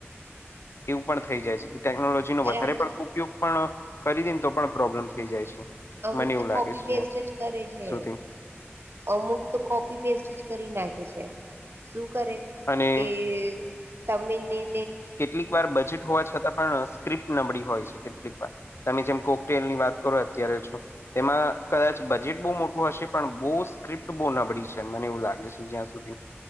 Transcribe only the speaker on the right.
અરે
અમુક
તો
અમુક
તો
કોપી
પેસ્ટ
જ કરે છે
અમુક તો કોપી પેસ્ટ જ કરી નાખે છે શું કરે
કે તમિની